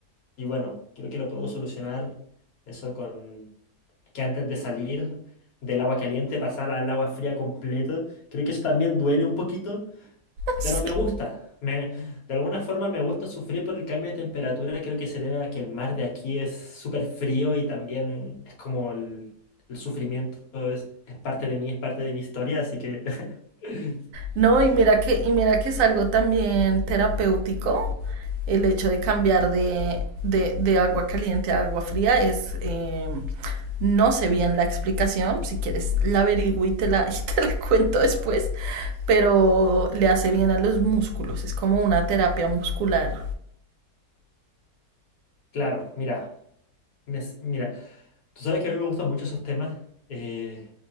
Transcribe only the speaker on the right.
<laughs>
Sí.
No, y mira que, y mira que es algo también terapéutico el hecho de cambiar de, de, de agua caliente a agua fría es eh, no sé bien la explicación, si quieres la averiguo y te la, <laughs> y te la cuento después, pero le hace bien a los músculos, es como una terapia muscular.